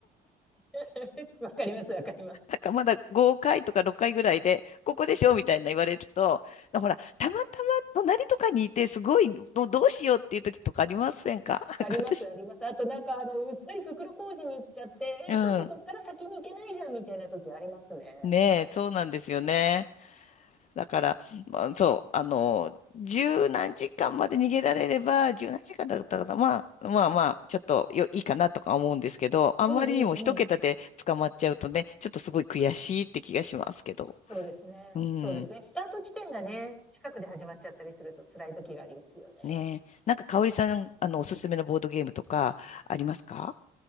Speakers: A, in the centre; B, on the left (about 45°).
A: <laughs> わかります、わかります。
B: なんかまだ5回とか6回ぐらいで、ここでしょみたいな言われると、ほら、たまたま隣とかにいて、すごい、どどうしようっていう時とかありませんか <laughs>
A: あります、
B: なんか私、
A: あります。あとなんか、あの、うっかり袋小路に行っちゃって、
B: うん。
A: え、ちょっとこっから先に行けないじゃんみたいな時ありますね。
B: ねえ、そうなんですよね。だから、まあ、そう、あの、十何時間まで逃げられれば、十何時間だったかな、まあ、まあまあ、ちょっとよ、いいかなとか思うんですけど、あんまりにも一桁で捕まっちゃうとね、
A: うんうんうん。
B: ちょっとすごい悔しいって気がしますけど。
A: そうですね。
B: うん。
A: そうですね。スタート地点がね、近くで始まっちゃったりすると辛い時がありますよね。
B: ねえ。なんか、香織さん、あの、おすすめのボードゲームとか、ありますか